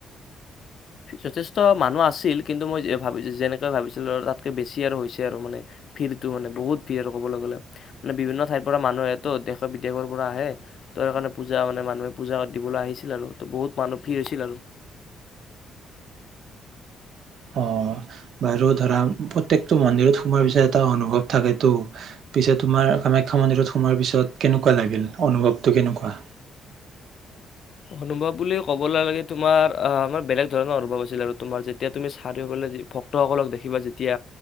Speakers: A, on the left; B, on the right.
A: যথেষ্ট মানুহ আছিল কিন্তু মই ভা যেনেকৈ ভাবিছিলোঁ আৰু তাতকৈ বেছি আৰু হৈছে আৰু মানে ভিৰটো মানে বহুত ভিৰ আৰু ক'বলৈ গ'লে মানে বিভিন্ন ঠাইৰ পৰা মানুহ আহেতো দেশৰ বিদেশৰ পৰা আহে তো সেইকাৰণে পূজা মানে মানুহে পূজা দিবলৈ আহিছিল আৰু ত বহুত মানুহ ভিৰ হৈছিল আৰু
B: অ বাৰু ধৰা প্ৰত্যেকটো মন্দিৰত সোমোৱাৰ পিছত এটা অনুভৱ থাকেতো পিছে তোমাৰ কামাখ্যা মন্দিৰত সোমোৱাৰ পিছত কেনেকুৱা লাগিল অনুভৱটো কেনেকুৱা?
A: অনুভৱ বুলি কবলৈ লাগে তোমাৰ আহ আমাৰ বেলেগ ধৰণৰ অনুভৱ আছিল আৰু তোমাৰ যেতিয়া তুমি চাৰিওফালে ভক্তসকলক দেখিবা যেতিয়া